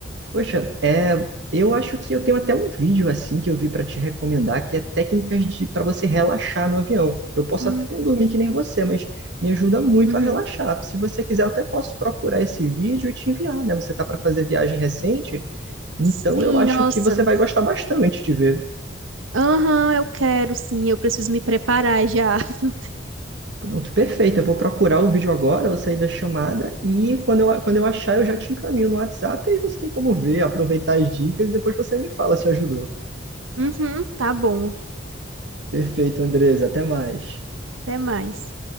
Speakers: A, on the right; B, on the right.
A: poxa, é, eu acho que eu tenho até um vídeo assim que eu vi para te recomendar, que é técnicas de para você relaxar no avião. Eu posso
B: Hum,
A: até não dormir que nem você, mas me ajuda muito
B: Uhum.
A: a relaxar. Se você quiser, eu até posso procurar esse vídeo e te enviar, né? Você tá para fazer viagem recente? Então
B: Sim,
A: eu acho
B: nossa.
A: que você vai gostar bastante de ver.
B: Aham, eu quero, sim. Eu preciso me preparar já. <laughs>
A: Pronto, perfeito. Eu vou procurar o vídeo agora, vou sair da chamada e quando eu, quando eu achar eu já te encaminho no WhatsApp e aí você tem como ver, aproveitar as dicas e depois você me fala se ajudou.
B: Uhum, tá bom.
A: Perfeito, Andresa. Até mais.
B: Até mais.